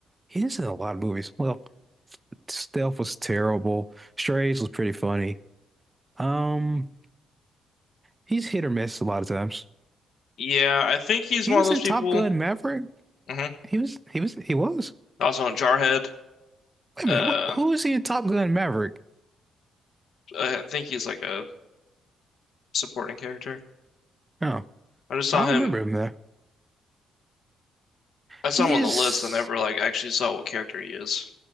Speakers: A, on the right; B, on the left.
A: He is in a lot of movies. Well, Stealth was terrible. Strays was pretty funny. Um He's hit or miss a lot of times.
B: Yeah, I think he's
A: He
B: one
A: was
B: of those
A: in
B: people.
A: Top Gun Maverick.
B: hmm
A: He was he was he was.
B: Also in Jarhead.
A: Wait a
B: Uh,
A: minute, what, who was he in Top Gun Maverick?
B: I think he's like a supporting character.
A: No,
B: I just saw
A: I don't
B: him.
A: remember him there.
B: I saw
A: He
B: him on
A: is
B: the list. I never like actually saw what character he is.